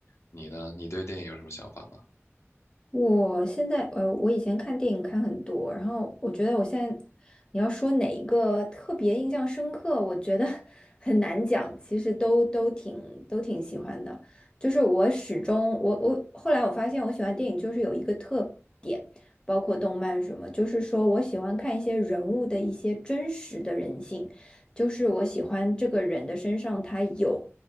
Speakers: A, on the left; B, on the left.
A: 你呢？你对电影有什么想法吗？
B: 我现在呃，我以前看电影看很多，然后我觉得我现在你要说哪一个特别印象深刻，我觉得 <laughs> 很难讲，其实都都挺都挺喜欢的。就是我始终我我后来我发现我喜欢电影就是有一个特点，包括动漫什么，就是说我喜欢看一些人物的一些真实的人性，就是我喜欢这个人的身上他有